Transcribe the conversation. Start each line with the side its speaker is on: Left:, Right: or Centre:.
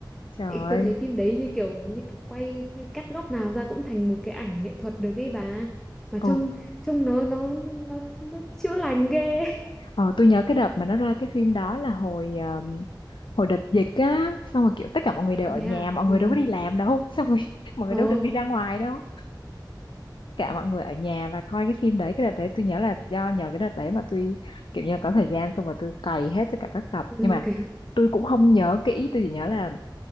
Left: Trời
Centre: Ê,
Left: ơi,
Centre: tôi thấy phim đấy như kiểu như kiểu quay cái cắt góc nào ra cũng thành một cái ảnh nghệ thuật được ấy bà mà
Left: ồ,
Centre: trông trông nó nó nó nó chữa lành ghê
Left: ờ, tôi nhớ cái đợt mà nó ra cái phim đó là hồi um, hồi đợt dịch á, xong rồi kiểu tất cả mọi người đều
Centre: <laughs>
Left: ở
Centre: thế
Left: nhà,
Centre: à
Left: mọi
Centre: ừ
Left: người đâu có đi làm đâu, xong rồi <laughs> mọi người
Centre: ờ
Left: đâu được đi ra ngoài đâu. cả mọi người ở nhà và coi cái phim đấy cái đợt đấy tôi nhớ là do nhờ cái đợt đấy mà tôi kiểu như là có thời gian xong rồi tôi cày hết tất cả các tập
Centre: <laughs>
Left: nhưng mà
Centre: ok
Left: tôi cũng không nhớ kỹ tôi chỉ nhớ là